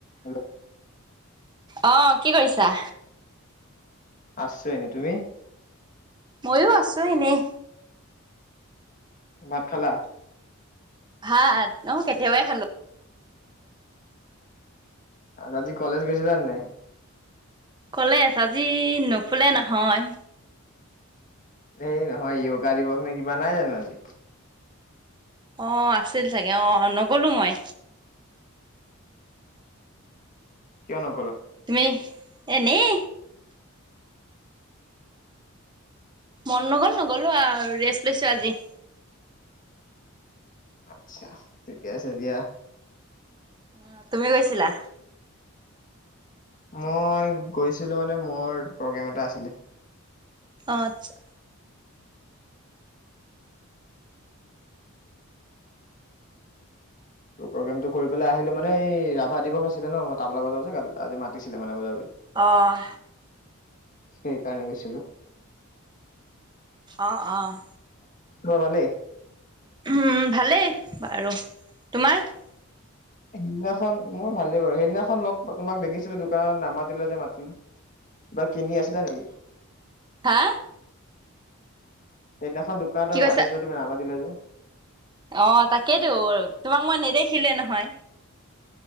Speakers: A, on the left; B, on the right.
A: Hello
B: অ কি কৰিছা
A: আছে তুমি
B: মইো আছো এনেই
A: ভাত খালা
B: ভাত অ কেতিয়াবাই খালো
A: আজি কলেজ গৈছিলা নাই
B: কলেছ আজি নুখোলে নহয়
A: এই নহয় য়গা দিৱস নে কিবা নাই জানো আজি।
B: অ আছিল চাগে অ নগলো মই
A: কিয়নো?
B: তুমি এনেই মন নগল নগলো আৰু ৰেষ্ট লৈছো আজি।
A: আচ্ছা, ঠিকে আছে দিয়া।
B: উম, তুমি গৈছিলা।
A: মই গৈছিলো মানে মোৰ প্ৰগ্ৰেম এটা আছিলে।
B: আচ্ছা
A: তোৰ প্ৰগ্ৰেমটো কৰিবেলাই আহিলো মানে ৰাভা দিৱস আছিলে ন' মই তবলা বজাও যে আজি মাতিছিলে মানে বজাবলে।
B: অ'।
A: সেইকাৰণে গৈছিলো।
B: অ', অ'।
A: তোমাৰ ভালেই।
B: উম, ভালেই বাৰু, তোমাৰ?
A: সেইদিনাখন মোৰ ভালেই বাৰু, সেইদিনাখন লগ তোমাক দেখিছিলো দোকানত নামাতিলে যে মাতিলো কিবা কিনি আছিলা নেকি?
B: হা?
A: সেদিনাখন দোকানত
B: কি কৈছা
A: মাতিচিলো তুমি নামাতিলা যে।
B: অ', তাকেইতো, তোমাক মই নেদেখিলোৱে নহয়।